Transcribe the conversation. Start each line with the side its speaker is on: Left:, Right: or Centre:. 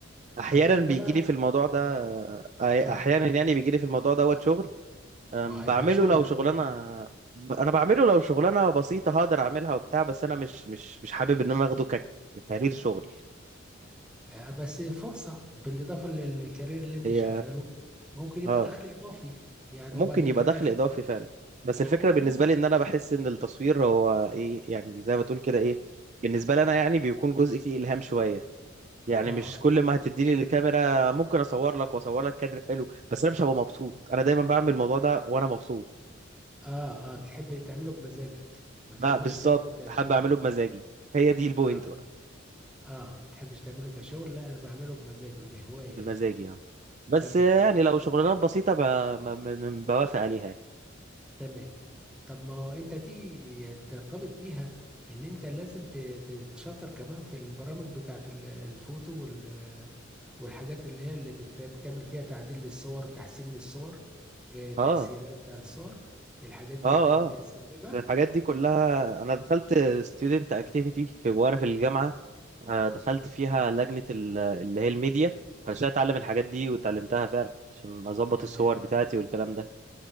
Right: أحيانا
Centre: طب انت
Right: بيجي
Centre: بقى
Right: لي في الموضوع
Centre: آه،
Right: ده آه،
Centre: اتفضل
Right: أحيانا يعني بيجي لي في الموضوع دوت شغل آم،
Centre: ما هيبقى
Right: بعمله
Centre: شغل
Right: لو
Centre: اكيد
Right: شغلانة ب- أنا بعمله لو شغلانة بسيطة هقدر أعملها وبتاع بس أنا مش مش مش حابب إن أنا أخده ك- ككارير شغل
Centre: آه، بس فرصة بالإضافة للكارير اللي أنت
Right: هي
Centre: شغاله ممكن يبقى
Right: اه
Centre: دخل إضافي يعني
Right: ممكن
Centre: وبعدين
Right: يبقى
Centre: في الآخر
Right: دخل اضافي فعلا بس
Centre: آه
Right: الفكره بالنسبه لي ان انا بحس ان التصوير هو ايه يعني زي ما تقول كده ايه بالنسبه لي انا يعني بيكون جزء فيه الهام شويه يعني
Centre: آه
Right: مش كل ما هتديني الكاميرا ممكن اصور لك واصور لك كادر حلو بس انا مش هبقى مبسوط انا دايما بعمل الموضوع ده وانا مبسوط
Centre: آه بتحب تعمله بمزاجك ما تحبش
Right: بقى بالظبط
Centre: تعمله كشغل
Right: حابب اعمله بمزاجي هي دي البوينت
Centre: آه
Right: بقى
Centre: آه ما تحبش تعمله كشغل لا أنا بعمله بمزاج وبهواية
Right: بمزاجي
Centre: يعني
Right: يعني بس
Centre: تمام
Right: يعني لو شغلانات بسيطه ب... م- م- بوافق عليها يعني.
Centre: تمام طب ما هو انت دي ترتبط بيها ان انت لازم ت- تتشطر كمان في البرامج بتاعت ال- الفوتو وال والحاجات اللي هي اللي بت- بتعمل فيها تعديل للصور تحسين للصور اه، تأثيرات
Right: اه
Centre: على الصور الحاجات دي
Right: اه
Centre: انت بتستخدمها
Right: اه الحاجات دي كلها انا دخلت ستودنت اكتيفيتي في وانا في الجامعه آه، دخلت فيها لجنة ال- اللي هي الميديا علشان اتعلم
Centre: مم.
Right: الحاجات دي واتعلمتها فعلا عشان اظبط
Centre: تمام
Right: الصور بتاعتي والكلام ده